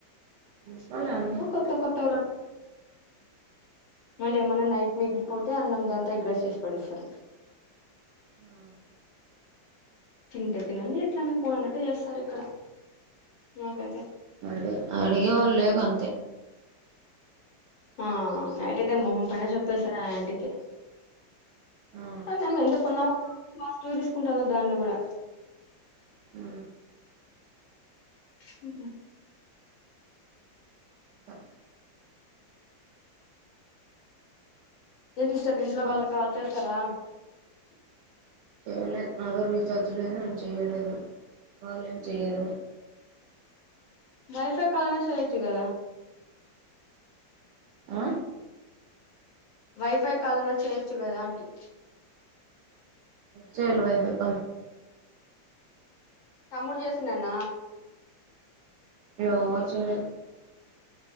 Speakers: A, on the right; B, on the left.
A: చూసినాలే అన్ని
B: అ కొత్తా కొత్తావరా మళ్ళీ ఏమన్నా నైట్ మిగిలిపోతే అన్నం దాంతా అగ్రెస్ చేసి పడేస్తారు
A: ఆ <inaudible>
B: తింటే తినండి ఎట్లన్నా పోనన్నట్టు చేస్తారు ఇక్కడ నాకైతే
A: అడు అడిగ వళ్ళే కంత
B: ఆ నైట్తే మొహం పనే చెప్పేసా ఇంటికి
A: ఆ
B: నమ ఎంత పన్నం మాటూ తీసుకుంటుంద దాన్ని కూడా
A: అ
B: హ
A: అకా
B: ఏంటిస్ర్ ఇట్లో
A: ఇంకా
B: వాళ్ళకి కాల్ చేస్తారు ఇస్తార
A: చేయలేదు నాతో రీఛార్జ్ లేదు నేను చేయలేదు వాాల్యం చేయరు
B: వైఫై కాలనా చేయచ్చు కదా
A: ఆ
B: వైఫై కాలనా చేయొచ్చు కదా అంటీ
A: చల్ భైపుప
B: తమ్ముడు చేసినన్న
A: ఏర్చూడ